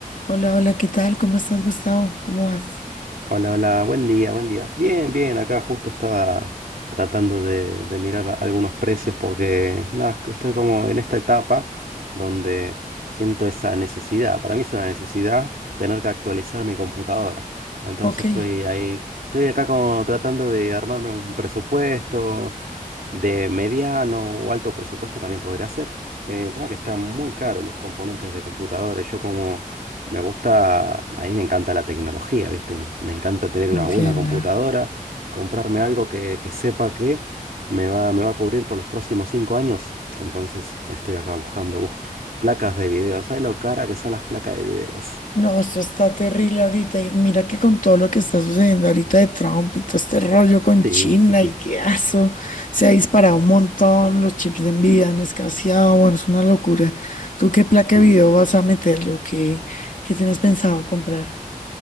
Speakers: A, on the left (about 65°); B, on the right (about 85°).
A: Hola, hola, ¿qué tal? ¿Cómo estás, Gustavo? ¿Cómo vas?
B: Hola, hola, buen día, buen día. Bien, bien, acá justo estaba tratando de, de mirar a- algunos precios porque nada, que estoy como en esta etapa donde siento esa necesidad. Para mí es una necesidad tener que actualizar mi computadora. Entonces
A: Ok,
B: estoy ahí, estoy acá como tratando de armarme un presupuesto, de mediano o alto presupuesto también podría ser. Eh, el tema que están muy caros los componentes de computadores. Yo como me gusta, a mí me encanta la tecnología, ¿viste? Me, me encanta tener
A: entienda.
B: una buena computadora, comprarme algo que, que sepa que me va, me va a cubrir por los próximos cinco años. Entonces estoy acá buscando, uf, placas de video. ¿Sabes lo cara que son las placas de videos?
A: No, esto está terrible ahorita. Y mira que con todo lo que está sucediendo ahorita de Trump y todo este rollo con
B: Sí,
A: China
B: sí, sí.
A: y qué aso, se ha disparado un montón, los chips de envidia han escaseado, bueno, es una locura. ¿Tú qué placa de
B: Mm.
A: video vas a meter? ¿Lo que, qué tienes pensado comprar?